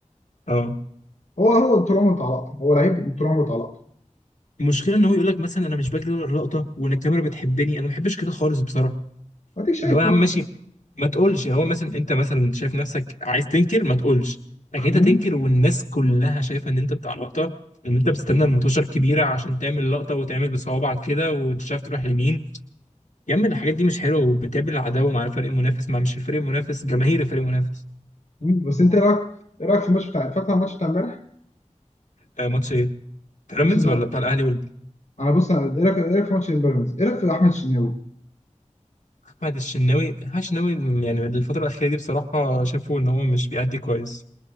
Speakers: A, on the left (about 80°); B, on the left (about 65°).
A: اه
B: هو هو طول عمره بتاع لقطه هو لعيب طول عمره بتاع لقطه
A: المشكله ان هو يقول لك مثلا انا مش بجري ورا اللقطه وان الكاميرا بتحبني انا ما بحبش كده خالص بصراحه
B: اديك شايف
A: اللي هو يا عم
B: اهو
A: ماشي ما تقولش اللي هو مثلا انت مثلا شايف نفسك عايز تنكر ما تقولش لكن انت
B: مم.
A: تنكر والناس كلها شايفه ان انت بتاع لقطه ان انت بتستنى المطوشه الكبيره عشان تعمل لقطه وتعمل بصوابعك كده وتشاف تروح يمين يا عم الحاجات دي مش حلوه وبتقابل العداوه مع الفريق المنافس مع مش الفريق المنافس جماهير الفريق المنافس
B: مم. بس انت ايه رايك ايه رايك في الماتش بتاع اتفرجت على الماتش بتاع امبارح
A: آه، ماتش ايه؟ بيراميدز
B: ماتش
A: ولا بتاع الاهلي وال-
B: انا بص انا ايه رايك ايه رايك في ماتش البيراميدز ايه رايك في احمد الشناوي
A: احمد الشناوي احمد الشناوي يعني الفتره الاخيره دي بصراحه شافوا ان هو مش بيأدي كويس